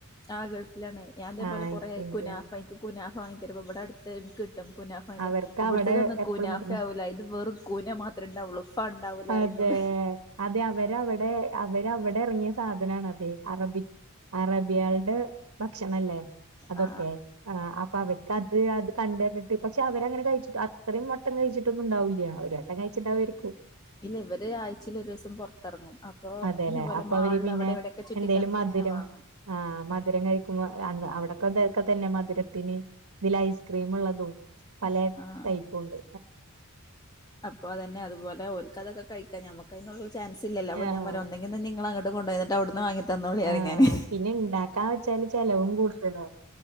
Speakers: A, on the left (about 20°); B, on the right (about 75°).
A: ആ ഗൾഫ് ല്ലാന്ന് ഞാൻ തേപോലെ
B: ആഹ് എനിക്ക്
A: കുറേ
B: ഇന്ത്യ
A: കുനാഫ കഴി എനിക്ക് കുനാഫ വങ്ങി തരു ഇവിടെ അടുത്ത് ഒരു എനിക്ക് ന
B: അവർക്ക്
A: ഇവിടുത്തോന്നും
B: അവിടെ എപ്പളും
A: കൂനാഫ
B: കിട്ടണ
A: ആവൂല ഇത് വെറും കൂന മാത്രേണ്ടാവുള്ളു ഫ ഇണ്ടാവൂല
B: അതെ
A: പറയും ഇന്നോട്
B: അതെ അവരവിടെ അവരവിടെ ഇറങ്ങിയ സാധനണതെ അറബിക് അറബിയാൾടെ ഭക്ഷണ അല്ലേ അതൊക്കെ
A: ആ
B: ആ അപ്പൊ അവർക്ക് അത് അത് കണ്ട ട്ട് പക്ഷെ അവര അങ്ങനെ കഴിച്ചിട്ട് പക്ഷേ അവരങ്ങനെ കഴിച്ചിട്ട് അത്രയും വട്ടം കഴിച്ചിട്ടൊന്നുംണ്ടാവൂല്ല ഒരട്ടം കഴിച്ചിട്ടണ്ടാവാരിക്കും
A: ഇല്ല ഇവര് ആയ്ചെൽ ഒരു ദിവസം പുറത്തിറങ്ങും അപ്പൊ
B: അതെല്ലേ
A: ഇതുപോലെ
B: അപ്പൊ
A: മാള്ള്
B: അവര് പിന്നെ
A: അവിടെ എവിടെയൊക്കെ ചുറ്റിക്കറങ്ങി
B: എന്തേലും മധുരം
A: ഇങ്ങനെ വാൻ.. ആ
B: ആ മധുരം കഴിക്കുമ്പോ അവിടക്കെതൊക്കെ തന്നെ മധുരത്തിന് ഇതിൽ ഐസ്ക്രീം ഇള്ളതും പല
A: ആ
B: ടൈപ്പുമുണ്ട്
A: അപ്പൊ അതന്നെ അതുപോലെ ഓല്ക്കതൊക്കെ കഴിക്കാ ഞമ്മക്കതിനുള്ള ചാൻസ് ഇല്ലല്ലോ അപ്പൊ
B: ആ
A: ഞാൻ പറയും ഒന്നുങ്കി തന്നെ നിങ്ങള കൊണ്ട് പോയി എന്നിട്ട് അവിട്ന്ന് വാങ്ങി തന്നോളി പറയും
B: ആഹ്
A: ഞാന്
B: പിന്നെ ഇണ്ടാക്കാൻ വെച്ചാല് ചെലവും കൂടുതലാണ്